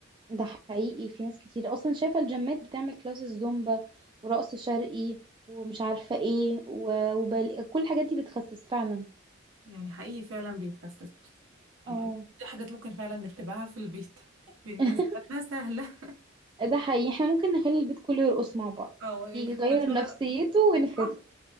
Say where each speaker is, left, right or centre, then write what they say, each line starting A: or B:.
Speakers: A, on the right; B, on the right.
A: ده حقيقي في ناس كتير اصلا شايفه الجيمات بتعمل كلاسز زومبا ورقص شرقي ومش عارفه ايه و- وبال... كل الحاجات دي بتخسس فعلا
B: يعني حقيقي فعلا بيخسس
A: اه
B: أم- أم- دي حاجات ممكن فعلا نتبعها في البيت <laughs> بالنسبه
A: <laughs>
B: لنا سهله
A: ده حقيقي احنا ممكن نخلي البيت كله يرقص مع بعض
B: او
A: يغير
B: <laughs> نشغل
A: نفسيته ونخس
B: أطفال،